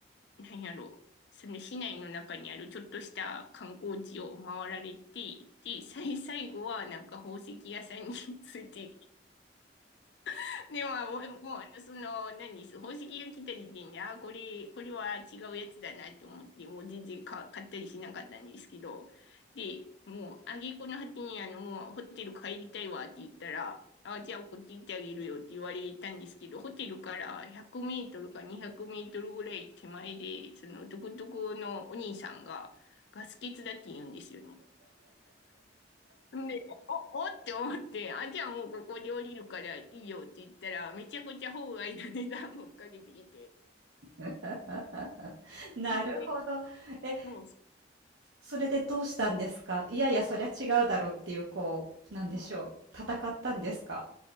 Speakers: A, on the left; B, on the right.
A: なんやろ、その市内の中にあるちょっとした観光地を回られて、で、最、最後はなんか宝石屋さんに <laughs> ついて <laughs> でも、おもう、あのその、何、宝石が来た時点で、あ、これ、これは違うやつだなって思って、もう全然か買ったりしなかったんですけど、で、もう、挙句の果てに、あの、もう、ホテル帰りたいわって言ったら、あ、じゃあ、こっち行ってあげるよって言われたんですけど、ホテルから100メートルか200メートルぐらい手前で、その、トゥクトゥクのお兄さんが、ガス欠だって言うんですよね。で、お、おって思って、あ、じゃあもうここで降りるからいいよって言ったら、めちゃくちゃ法外な値段をかけてきて。
B: <laughs> なるほど。
A: で、
B: え、
A: そう、
B: それでどうしたんですかいやいや、そりゃ違うだろうっていう、こう、なんでしょう。
A: そう
B: 戦ったんですか